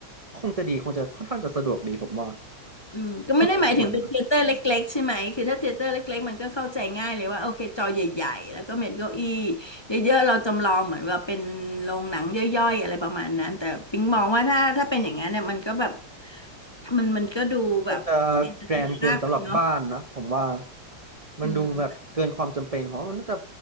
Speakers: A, on the right (about 35°); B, on the left (about 15°).
A: คงจะดีคงจะค่อนข้างจะสะดวกดีผมว่า
B: อืมก็ไม่ได้หมายถึงเป็นเทยเตอร์เล็กๆใช่ไหมคือถ้าเทยเตอร์เล็กๆมันก็เข้าใจง่ายเลยว่าโอเคจอใหญ่ๆแล้วก็เม็นเก้าอี้
A: ถ้ามีพวกนั้นนะ
B: เยอะๆเราจำลองเหมือนว่าเป็นโรงหนังย่อยๆอะไรประมาณนั้นแต่ปิ๊งมองว่าถ้าถ้าเป็นอย่างนั้นเนี่ยมันก็แบบมันมันก็ดูแบบเอนเตอร์เทนมากไปเนาะ
A: คงจะแกรนเกินสำหรับบ้านนะผมว่ามันดูแบบเกินความจำเป็นเพราะมันน่าจะ
B: อืม